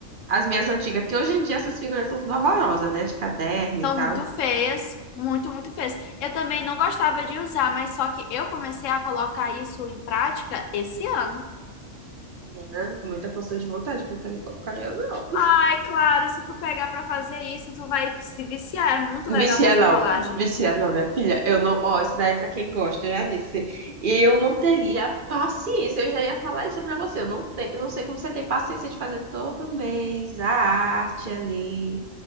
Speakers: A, on the right; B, on the left.
A: As minhas antigas, que hoje em dia essas figurinhas são tudo horrorosas, né? De caderno
B: Então,
A: e tal.
B: muito feias, muito, muito feias. Eu também não gostava de usar, mas só que eu comecei a colocar isso em prática esse ano.
A: Menina, muita força de vontade, porque eu não colocaria eu não.
B: Ai, claro, se tu pegar pra fazer isso, tu vai se viciar. É muito
A: Vicia
B: legal fazer
A: não,
B: colagem.
A: vicia não, minha filha. Eu não, ó, isso daí é pra quem gosta, eu já disse. E eu não teria paciência, eu já ia falar isso pra você. Eu não, te, eu não sei como você tem paciência de fazer todo mês a arte ali,